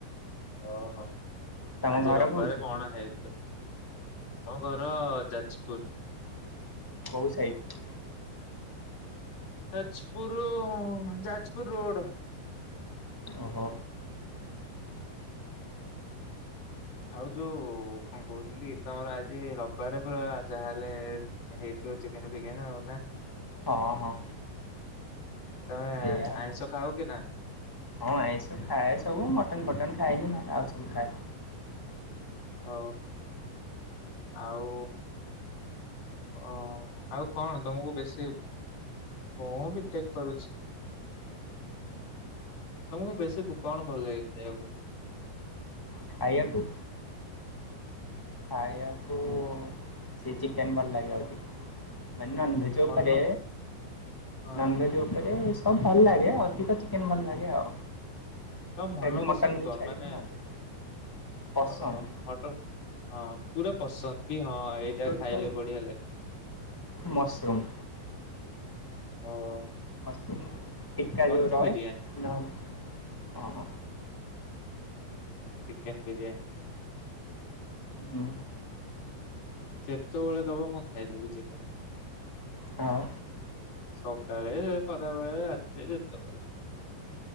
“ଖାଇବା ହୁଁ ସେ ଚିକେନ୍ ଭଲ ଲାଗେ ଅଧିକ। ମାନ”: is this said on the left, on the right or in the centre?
Left